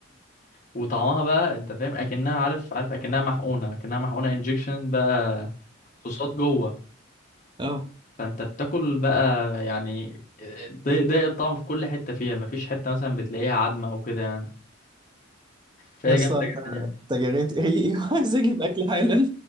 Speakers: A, on the left (about 40°); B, on the right (about 20°).
A: وطعمها بقى انت فاهم اكنها عارف عارف اكنها محقونه اكنها محقونه انجكشن بقى صوصات جوه
B: اه
A: فانت بتاكل بقى يعني آه، ضايق ضايق الطعم في كل حته فيها مفيش حته مثلا بتلاقيها عدمه او كده يعني فهي
B: يا اسطى
A: جامده
B: انت
A: جدا يعني
B: أنت جريت ريقي وعايز <laughs> اجيب اكل حالا